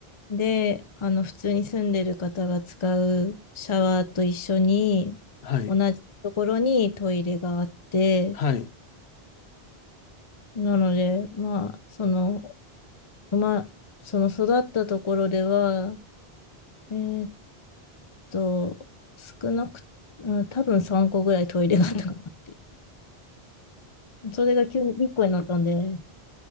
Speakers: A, on the left (about 30°); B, on the left (about 80°).
A: で、あの、普通に住んでる方が使うシャワーと一緒に、
B: はい。
A: 同じところにトイレがあって、
B: はい。い
A: なので、まあ、その、まあ、その育ったところでは、えーっと、少なく、うん、多分3個ぐらいトイレがあったかなって。それが急に1個になったんで、